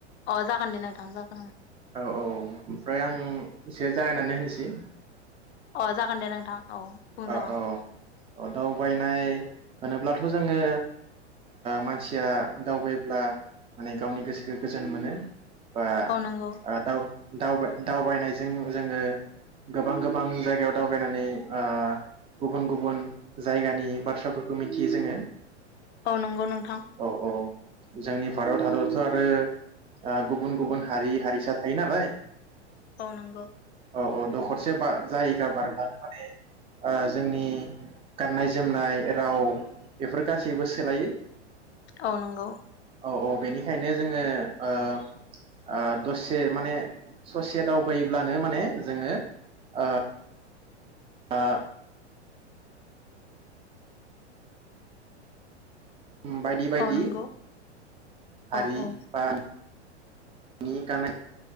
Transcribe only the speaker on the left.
अ जागोन दे नोंथां जागोन ओं।
अ जागोन दे नोंथां। औ बुंजागोन
औ नंगौ
औ नंगौ नोंथां।
औ नंगौ।
औ नंगौ।
औ नंगौ
औ औ